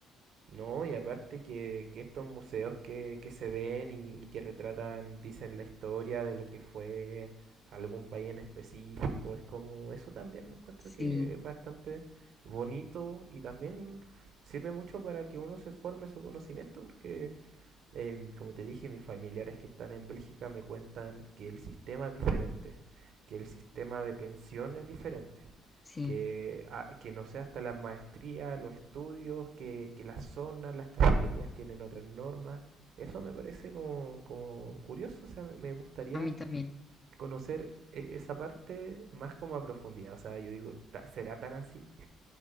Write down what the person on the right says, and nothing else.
No, y aparte que, que estos museos que, que se ven y, y que retratan, dicen la historia de lo que fue algún país en específico, es como, eso también encuentro
que es bastante bonito y también sirve mucho para que uno se forme su conocimiento, porque Em, como te dije, mis familiares que están en Bélgica me cuentan que el sistema es diferente, que el sistema de pensión es diferente,
que, ah, que no sé, hasta la maestría, los estudios, que, que las zonas, las cafeterías tienen otras normas. Eso me parece como, como curioso, o sea, me, me gustaría
conocer eh, esa parte más como a profundidad. O sea, yo digo, "Ta- ¿será tan así?